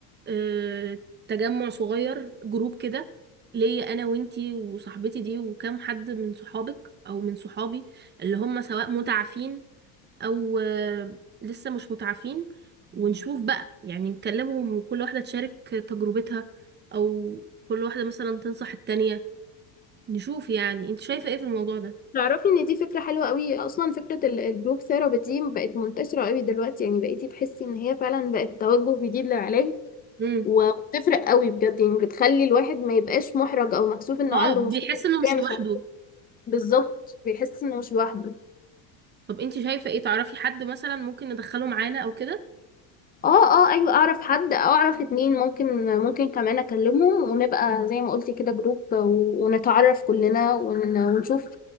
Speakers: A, on the right (about 25°); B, on the left (about 20°).
A: آه، تجمع صغير جروب كده ليا انا وانتي وصاحبتي دي وكام حد من صحابك او من صحابي اللي هم سواء متعافين او آه، لسه مش متعافين ونشوف بقى يعني نكلمهم وكل واحدة تشارك تجربتها او كل واحدة مثلا تنصح التانية نشوف يعني انت شايفة ايه في الموضوع ده
B: تعرفي ان دي فكرة حلوة قوي اصلا فكرة ال- الجروب ثيرابي دي بقت منتشرة قوي دلوقتي يعني بقيتي تحسي ان هي فعلا بقت توجه جديد للعلاج
A: امم
B: وبتفرق قوي بجد يعني بتخلي الواحد ما يبقاش محرج او مكسوف انه
A: اه
B: عنده
A: بيحس
B: مشكلة نفسية
A: انه مش لوحده
B: مش عارف بالظبط بيحس انه مش لوحده
A: طب انت شايفة ايه تعرفي حد مثلا ممكن ندخله معانا او كده
B: اه اه ايوه اعرف حد او اعرف اتنين ممكن ممكن كمان اكلمهم ونبقى زي ما قلتي كده جروب و- ونتعرف كلنا ون- ونشوف